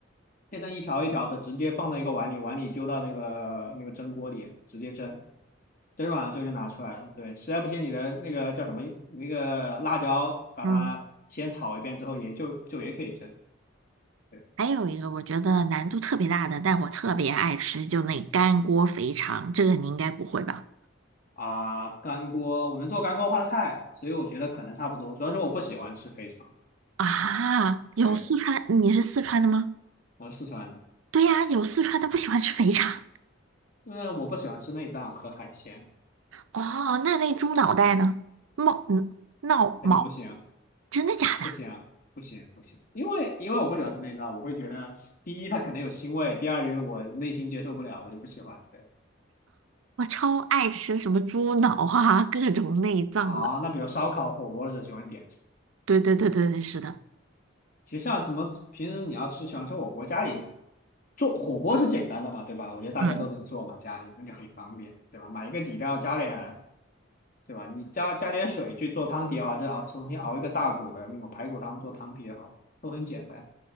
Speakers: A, on the left; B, on the right.
A: 切成一条一条的，直接放到一个碗里，碗里丢到那个那个蒸锅里，直接蒸，蒸软了之后就拿出来了。对，实在不行你的那个叫什么那个辣椒，把它先炒一遍之后，
B: 嗯，
A: 也就就也可以蒸。对
B: 还有一个我觉得难度特别大的，但我特别爱吃，就那干锅肥肠，这个你应该不会吧？
A: 啊，干锅我能做干锅花菜，所以我觉得可能差不多。主要是我不喜欢吃肥肠，
B: 啊，有四川，
A: 对，
B: 你是四川的吗？
A: 我是四川人，
B: 对呀，有四川的不喜欢吃肥肠。
A: 因为我不喜欢吃内脏和海鲜，
B: 哦，那那猪脑袋呢？冒嗯，闹毛，
A: 肯定不行。
B: 真的假的？
A: 不行啊，不行不行，因为因为我不喜欢吃内脏，我会觉得第一它可能有腥味，第二就是我内心接受不了，我就不喜欢。对
B: 我超爱吃什么猪脑啊，各种内脏的。
A: 啊，那比如烧烤、火锅的时候喜欢点什么？
B: 对对对对对，是的。
A: 其实像什么平时你要吃喜欢吃火锅，家里做火锅是简单的嘛，对吧？我觉得大家都能做嘛，
B: 嗯，
A: 家里那就很方便，对吧？买一个底料加点，对吧？你加加点水去做汤底也好，还是啊，重新熬一个大骨的那种排骨汤做汤底也好，都很简单。